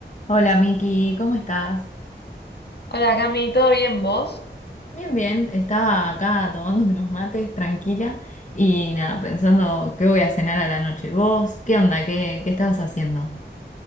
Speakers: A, on the left (about 40°); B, on the left (about 65°).
A: Hola Miki, ¿cómo estás?
B: Hola Cami, ¿todo bien vos?
A: Bien, bien, estaba acá tomando unos mates tranquila y nada, pensando qué voy a cenar a la noche. ¿Vos qué onda? ¿Qué, qué estabas haciendo?